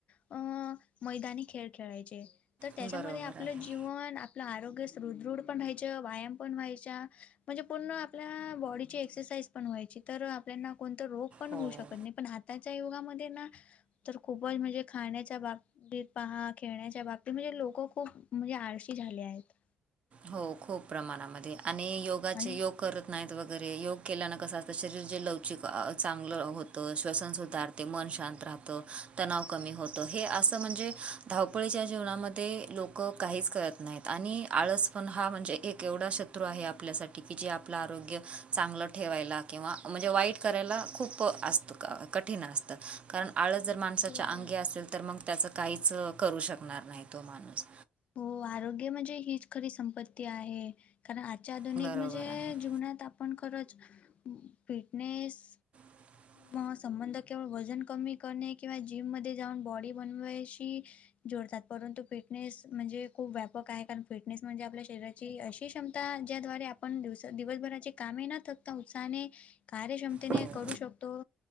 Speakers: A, on the left; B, on the right.
A: अं मैदानी खेळं खेळांयचे तरं त्यांच्यामध्ये
B: बरोबर
A: आपलं
B: आहे
A: जीवन आपलं आरोग्य हृद्रृढ पणं व्हांयच्या व्यायांम पणं व्हांयच्या म्हणजे पूर्ण आपल्यां बॉडीची एक्सरसांइज पणं व्हांयची तरं आपल्या आपल्यांना कोणतं रोग पणं
B: हो
A: होऊं शकतं नाहीं पणं आतांच्या युगांमध्ये नां तरं खूपचं म्हणजे खाण्यांच्या बाबंतीत पहां खेळण्यांच्या बांबतीत म्हणजे लोकं खूंप म्हणजे आळशी झाले आहेतं
B: हो खूंप प्रमाणांमध्ये आणि योगांचे
A: आणि
B: योग करतं नाहींत वगैरें योग केल्यांन कसं असतं शरीर जे लवचिक चांगलं होतं श्वसनसधार ते मनं शांत राहतं तणांव कमी होतं हे असं म्हणजे धावपळीच्या जीवणांमध्ये लोकं कांहींच करतं नाहींत आणि आंळस पणं हां म्हणजे एक एवढां शत्रूं आहे आपल्यांसाठी की जे आपलं आरोग्य चांगलं ठेवांयला किंवा म्हणजे वाईट करांयला खूंप वाईट असतं कठीण असतं कारणं आंळस जरं माणसांच्या
A: बरोबर
B: अंगी असेल तरं तरं मंग त्याचं काहींचं करूं शकणांर नाहीं तो माणूंस
A: हो आरोग्य म्हणजे हीचं खरी संपत्ती आहे कारणं आंजच्या आधुंनिक
B: बरोबर
A: म्हणजे
B: आहे.
A: जीवनांत आपणं खरंच फिटनेस
B: <unintelligible> <unintelligible>
A: मंग संबंध केवळ वंजन कमी करणे किंवा जिममध्यें जाऊंन बॉडी बनवांयशी जोडतांत परंतु फिटनेस जे खूंप व्यांपक आहे कारणं फिटनेस म्हणजे आपल्या शरीराची अशी क्षमतां ज्यांद्वारे आपणं दिवसं दिवसंभरांची कामं न कतां उत्सांहने कार्यक्षमतेने
B: हो.
A: करूं शकतो